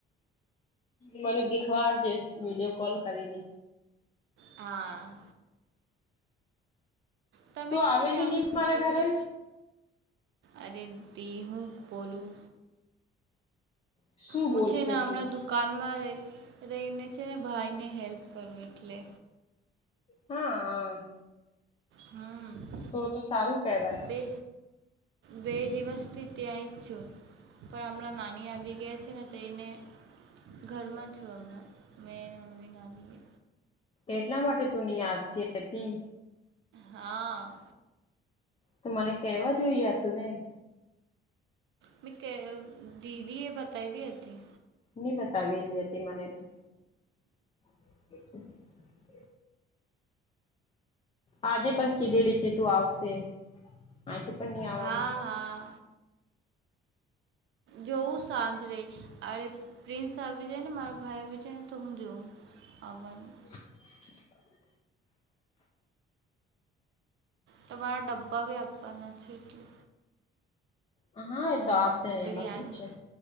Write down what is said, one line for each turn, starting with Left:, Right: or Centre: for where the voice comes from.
Left: મને દેખવારજે વિડીયો કોલ કરીને
Right: હા તમે
Left: તું
Right: કેમ
Left: આવેલી
Right: નહી આવો ભૂતભજાર
Left: મારા ઘરે
Right: અરે દી હું બોલું
Left: શું
Right: હું
Left: બોલશે
Right: છે ને હમણાં
Left: તું?
Right: દુકાનમાં રહી રહીને છે ને ભાઈને હેલ્પ કરું એટલે
Left: હા હ
Right: હમ
Left: તો તો સારું કહેવાય
Right: બે બે દિવસ ત્યાં ઈ જ છું પણ હમણાં નાની આવી ગયા છે ને તો એને. ઘરમાં છું અમણા મે મમી નાનીએ.
Left: એટલા માટે તું નઇ આવતી હતી.
Right: હા.
Left: તો મને કેવા જોઈએ તું ને.
Right: મેં ક દીદી એ બતાવી હતી.
Left: ની બતાવેલી હતી મને તો. <unintelligible> આજે પણ કીધેલી છે તું આવશે આજે પણ નહી આવવાની.
Right: હા હા જોવું સાંજરે અરે પ્રિન્સ આવી જાય ને મારા ભાઈ આવી જાયને તો હું જોઉં. આવવાનું.
Left: <inaudible>
Right: તમારા ડબ્બા ભી આપવાના છે એટલે.
Left: હા એ
Right: હમ
Left: તો આપશે ને
Right: બિરયાની
Left: એમાં શું છે.